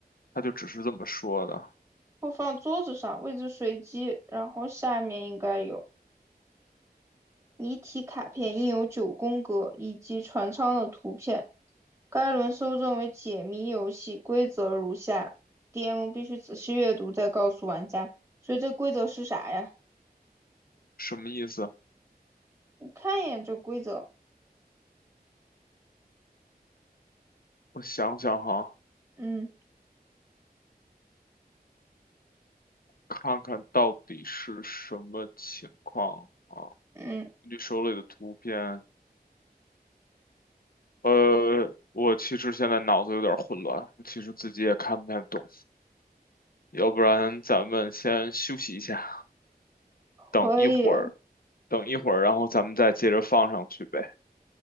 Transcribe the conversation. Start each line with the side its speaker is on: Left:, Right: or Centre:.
Left: 他就只是这么说的，
Right: 或放桌子上，位置随机，然后下面应该有谜题卡片，印有九宫格以及船舱的图片。该轮搜证为解谜游戏，规则如下：DM 必须仔细阅读再告诉玩家。所以这规则是啥呀？
Left: 什么意思？
Right: 你看一眼这规则，
Left: 我想想哈，
Right: 嗯
Left: 看看到底是什么情况啊？
Right: 嗯，
Left: 根据手里的图片，呃，我其实现在脑子有点混乱，其实自己也看不太懂，要不然咱们先休息一下，等一会儿。
Right: 可以
Left: 等一会儿，然后咱们再接着放上去呗。